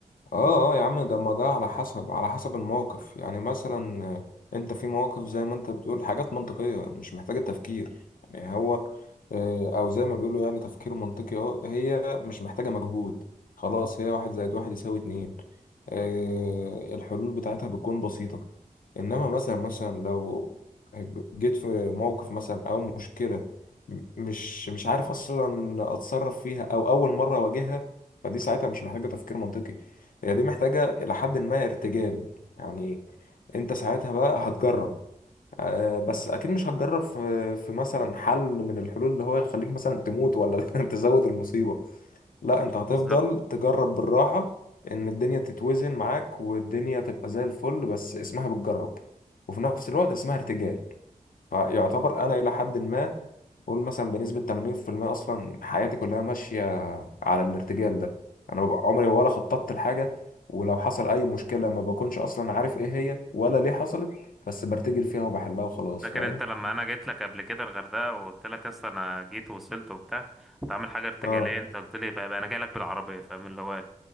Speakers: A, on the left; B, in the centre.
A: اه اه يا عم ده ما ده على حسب على حسب الموقف يعني مثلا آه، انت في مواقف زي ما انت بتقول حاجات منطقية مش محتاجة تفكير يعني هو آه، او زي ما بيقولوا يعني تفكير منطقي اه هي مش محتاجة مجهود خلاص هي واحد زائد واحد يساوي اتنين آه، الحلول بتاعتها بتكون بسيطة انما مثلا مثلا لو جيت في موقف مثلا او مشكلة م- مش مش عارف اصلا اتصرف فيها او اول مرة اواجهها فدي ساعتها مش محتاجة تفكير منطقي هي دي محتاجة إلى حد ما ارتجال يعني أنت ساعتها بقى هتجرب آه، بس أكيد مش هتجرب في في مثلا حل من الحلول اللي هو يخليك مثلا تموت ولا <laughs> تزود المصيبة لا أنت هتفضل
B: بالظبط
A: تجرب بالراحة إن الدنيا تتوزن معاك والدنيا تبقى زي الفل بس اسمها بتجرب وفي نفس الوقت اسمها ارتجال فيعتبر أنا إلى حد ما قول مثلا بنسبة 80% أصلا حياتي كلها ماشية على الارتجال ده أنا ببقى عمري ولا خططت لحاجة ولو حصل أي مشكلة ما بكونش أصلا عارف إيه هي ولا ليه حصلت بس برتجل فيها وبحلها وخلاص
B: فاكر
A: فاهم؟
B: انت لما انا جيت لك قبل كده الغردقة وقلت لك اصل انا جيت ووصلت وبتاع كنت عامل حاجة ارتجالية
A: آه
B: انت قلت لي بقى, بقى انا جاي لك بالعربية فاهم اللي هو